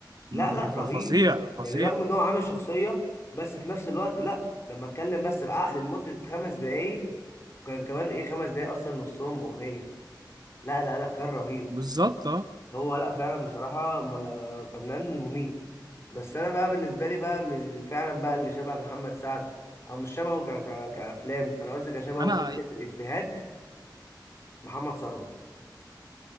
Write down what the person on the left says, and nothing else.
لا لا
رهيب
يعني رغم ان هو عامل شخصيه بس في نفس الوقت لا لما اتكلم بس بعقل لمدة خمس دقايق كان كمان ايه خمس دقايق اصلا نصهم اغنيه لا لا لا كان رهيب
هو لا فعلا بصراحه م- فنان مميت بس انا بقى بالنسبه لي بقى من ال- فعلا بقى اللي شبه محمد سعد او مش شبهه ك ك كافلام انا قصدي كشبهه
في فكره الافيهات محمد ثروت